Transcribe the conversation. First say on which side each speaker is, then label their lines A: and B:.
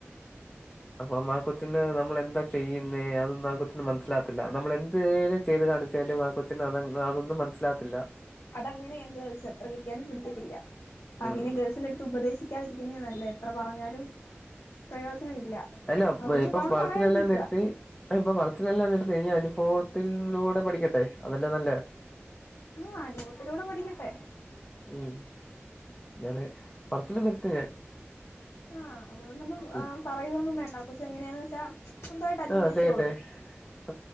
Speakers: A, on the left (about 20°); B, on the left (about 85°).
A: അപ്പം ആ കൊച്ചിന് നമ്മൾ എന്താ ചെയ്യുന്നേ അതൊന്നും ആ കൊച്ചിന് മനസ്സിലാവത്തില്ല നമ്മളെന്തേലും ചെയ്ത് കാണിച്ചാലും ആ കൊച്ചിന് അതന്നാ ന്നും മനസ്സിലാവത്തില്ല
B: അതങ്ങനെയാ ഗേൾസ് എത്ര കിട്ടിയാലും പി ടിക്കത്തില്ല ആ
A: ഉം
B: പിന്നെ ഗേൾസിന്റെ അടുത്ത് ഉപദേശിക്ക ക്കാതിരിക്കുന്നേ നല്ലേ എത്ര പറഞ്ഞാലും പ്രയോജനം ഇല്ല
A: അല്ല
B: അതുകൊണ്ട്
A: ഇപ്പൊ
B: ഇപ്പ നമ്മള്
A: പറച്ചിലെല്ലാം
B: പറയാതിരിക്കുക
A: നിർത്തി ആ ഇപ്പ പറച്ചിലെല്ലാം നിറുത്തി ഇനി അനുഭവത്തിലൂടെ പഠിക്കട്ടെ അതല്ലേ നല്ലേ
B: ആ അനുഭവത്തിലൂടെ പടിക്കട്ടെ
A: ഉം ഞാൻ പറച്ചില് നിർത്തി ഞാൻ
B: ആ അതുകൊണ്ടൊന്നും
A: ഉം
B: പറയൊന്നും വേണ്ട കൊച്ച് എങ്ങനെയാന്ന് വെച്ചാ സ്വന്തമായിട്ട് അനുഭവിച്ചോളും
A: ആ അതെ അതെഅതെ